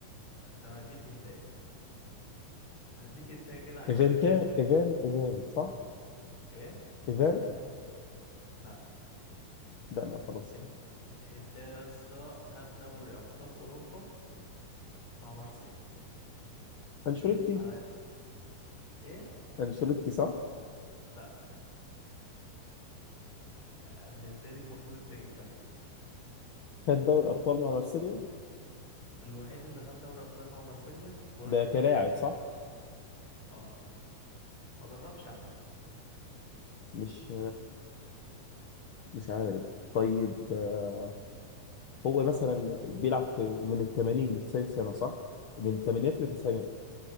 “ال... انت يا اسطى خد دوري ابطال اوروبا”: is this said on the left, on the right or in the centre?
Left